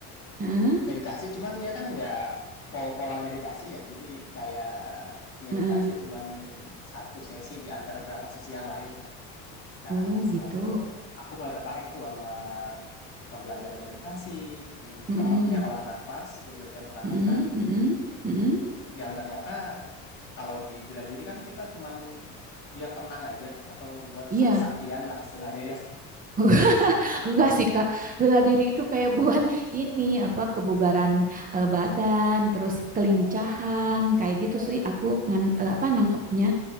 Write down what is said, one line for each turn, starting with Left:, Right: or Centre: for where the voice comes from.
Right: Heeh,
Left: meditasi, cuman dia kan nggak pol-polan meditasi ya. Jadi kayak meditasi
Right: heeh.
Left: cuman satu sesi di antara berapa sesi yang lain lah. Nah,
Right: Oh,
Left: setelah
Right: gitu.
Left: itu aku mulai tertarik tuh sama pembelajaran meditasi,
Right: Mm-mm,
Left: temennya olah nafas, jadi latihan pernafasan,
Right: mm-mm, mm-mm, mm-mm.
Left: yang ternyata kalau di bela diri kan kita cuman biar tenang aja atau buat
Right: Iya.
Left: sak-saktian lah istilahnya ya.
Right: <laughs> Enggak sih, Kak. Bela diri itu kayak buat <laughs> ini apa kebugaran eh, badan, terus kelincahan,
Left: Nah,
Right: kayak gitu
Left: nah,
Right: sih aku ngan, eh, apa nangkepnya.